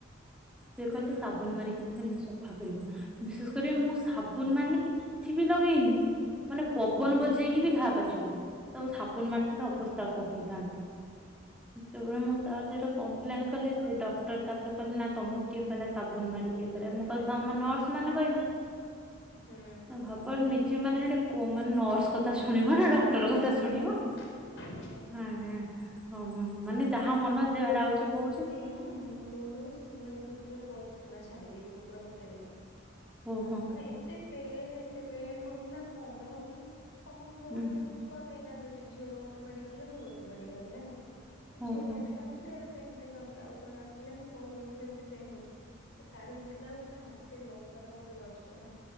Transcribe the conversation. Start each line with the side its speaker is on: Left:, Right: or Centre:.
Centre: ସେ କହିଲେ ସାବୁନ ମାରିକି। ସଫା କରିବ ବିଶେଷ କରିବ ମୁଁ ସାବୁନ ମାନେ କି କିଛି ବି ଲଗେଇନି। ମାନେ ପବନ ବଜେଇକି ବି ଘା ପାଚିଗଲା ତମ ସାବୁନ ମାରିଥିଲେ ଅବସ୍ଥା କଣ ହେଇଥାନ୍ତା। ଯେତେବେଳେ ମୁଁ ତାପରେ ସେଟା କପ୍ଲେନ୍ କଲି ସେ ଡକ୍ଟର ତାପରେ କହିଲେ ନା ତମକୁ କିଏ କହିଲା ସାବୁନ ମାରି ଇଏ କରିବାକୁ ମୁଁ କହିଲି ତମ ନର୍ସ ମାନେ କହିଲେ।
Left: ହୁଁ।
Centre: ଭାବ ନିଜେ ମାନେ ସେଠି କୋ ମାନେ ନର୍ସ କଥା ଶୁଣିବ ନା ଡକ୍ଟର କଥା ଶୁଣିବ।
Left: <inaudible>
Centre: ହ ହ ହ ମାନେ ଯାହା ମନ ଯିଆଡେ ହଉଛି କହୁଛି।
Left: ହଁଁ ମୋର ମାନେ ଭିତରେ ଗଛ ପନା ଛାଡି ଦେଇଛି ପୁରା ଗୋଟେ ଦିନ।
Centre: ଓହୋ।
Left: ଏତେ ପେନ୍ ଏତେ ପେନ୍ ହଉଥିଲା କଣ ପାଇଁ ହଉଛି ସମସ୍ତେ ଭାବୁଛନ୍ତି।
Centre: ହୁଁ
Left: ଛୁଆ ପାଇଁ କାନ୍ଦୁଛି ଝିଅ ଗୋଟେ ମେଡିକାଲ ରେ ମୁଁ ଗୋଟେ ମେଡିକାଲ ରେ ହେଲା
Centre: ଓହୋ
Left: ଝିଅ ପାଇଁ ବି ଜାଣିଥିଲି ଆଡେ ପେନ୍ ପାଇଁ କାନ୍ଦୁଛି ଆଉ ଜଣେ ଆସେ ମୁଁ କହିଲି ମୋର ଏମିତି ପେନ୍ ହଉଛି। ସେ କାଢିକି ଦେଖିଲା ବେଳକୁ ପୁରା ହାତେ ଲମ୍ବା ର ଗୋଟେ ଗଜକନା